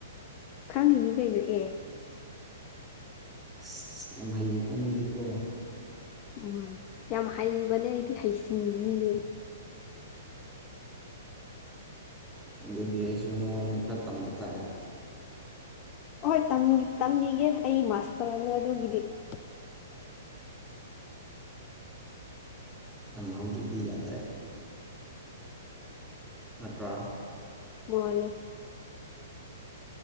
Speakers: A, on the left; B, in the centre.
A: ꯈꯪꯉꯤꯅꯤ ꯀꯩꯅ‌ꯣ ꯑꯦ
B: ꯏꯁ ꯌꯥꯝ ꯍꯩꯌ‌ꯦꯀ‌ꯣ ꯃꯤꯗꯤꯀ‌ꯣ
A: ꯎꯝ ꯌꯥꯝ ꯍꯩꯕꯅꯦ ꯑꯩꯗꯤ ꯍꯩꯁꯤꯡꯕꯤꯅꯤ
B: ꯑꯗꯨꯗꯤ ꯑꯩꯁꯨ ꯅꯉꯣꯟꯗꯩ ꯈꯔ ꯇꯝꯕ ꯇꯥꯥꯔ‌ꯦ
A: ꯍꯣꯏ ꯇꯝ ꯇꯝꯃꯤꯒꯦ ꯑꯩ ꯃꯥꯁꯇꯔꯅ‌‌ꯦ ꯑꯗꯨꯒꯤꯗꯤ <inaudible>
B: ꯍꯧꯖꯤꯒꯗꯤ ꯌꯥꯗ꯭ꯔꯦ ꯅꯠꯇꯔ
A: ꯃꯥꯅ‌ꯦ